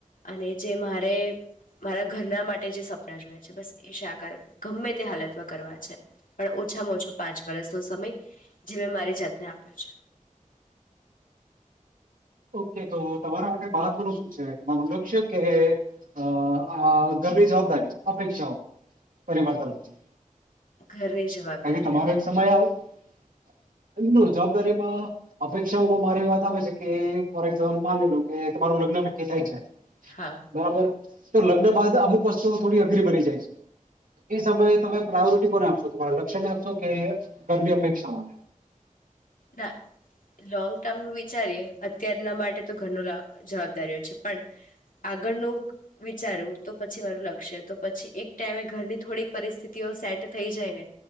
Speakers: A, on the left (about 80°); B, on the right (about 85°).
A: અને જે મારે મારા ઘરના માટે જે સપના જોયા છે બસ એ શાકાર ગમે તે હાલતમાં કરવા છે પણ ઓછામાં ઓછો પાંચ વર્ષનો સમય જે મેં મારી જાતને આપ્યો છે
B: ઓકે તો તમારા માટે મહત્વનું શું છે તમારું લક્ષ્ય કે આ ઘરની જવાબદારીઓ અપેક્ષાઓ પરિવાર તરફથી
A: છે ઘરની જવાબદારીઓ
B: કારણ કે તમારો એક સમય આવ જવાબદારી માં અપેક્ષાઓમાં મારી વાત આવે છે કે ફોર એક્ઝામ્પલ માની લીધું કે તમારું લગ્ન નક્કી થાય છે
A: હા
B: બરાબર તો લગ્ન બાદ અમુક વસ્તુઓ થોડી અઘરી બની જાય છે એ સમયે તમે પ્રાયોરિટી કોને આપશો અ લક્ષ્ય ને આપશો કે ઘરની અપેક્ષામાં
A: ના લોંગ ટર્મનું વિચારીએ અત્યારના માટે તો ઘરનું જવાબદારીઓ છે પણ આગળનું વિચારું તો પછી મારું લક્ષ્ય તો પછી એક ટાઈમે ઘરની થોડીક પરિસ્થિતિઓ સેટ થઈ જાય ને